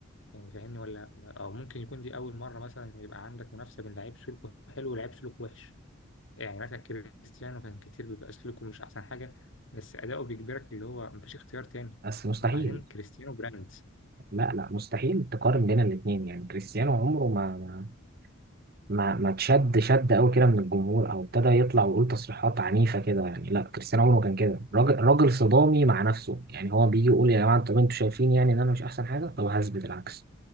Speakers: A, on the left; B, on the right.
A: يعني فاهمني ولا او ممكن يكون دي اول مره مثلا يبقى عندك منافسه بين لعيب سلوكه حلو ولعيب سلوكه وحش يعني مثلا كريستيانو كان كتير بيبقى سلوكه مش احسن حاجه بس اداؤه بيجبرك اللي هو مفيش اختيار تاني
B: بس مستحيل
A: وبعدين كريستيانو براند
B: لا لا مستحيل تقارن بين الاتنين يعني كريستيانو عمره ما ما ما تشد شد قوي كده من الجمهور او ابتدى يطلع ويقول تصريحات عنيفه كده يعني لا كريستيانو عمره ما كان كده راجل راجل صدامي مع نفسه يعني هو بيجي يقول يا جماعه طب انتوا شايفين يعني ان انا مش احسن حاجه طب هثبت العكس